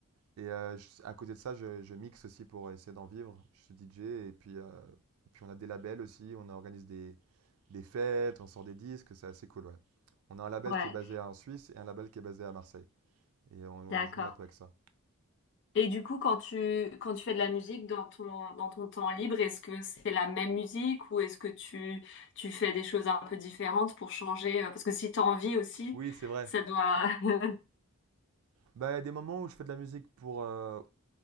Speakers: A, on the right (about 75°); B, on the left (about 50°).
A: Et euh, je- à côté de ça, je, je mixe aussi pour essayer d'en vivre. Je suis DJ, et puis, euh, et puis on a des labels aussi, on organise des, des fêtes, on sort des disques, c'est assez cool, ouais. On a un label
B: ouais,
A: qui est basé en Suisse et un label qui est basé à Marseille. Et on,
B: d'accord.
A: on se développe avec ça.
B: Et du coup, quand tu, quand tu fais de la musique dans ton, dans ton temps libre, est-ce que c'est la même musique ou est-ce que tu, tu fais des choses un peu différentes pour changer? euh, Parce que si t'as envie aussi,
A: Oui, c'est vrai.
B: ça doit... <laughs>
A: Bah, il y a des moments où je fais de la musique pour, euh,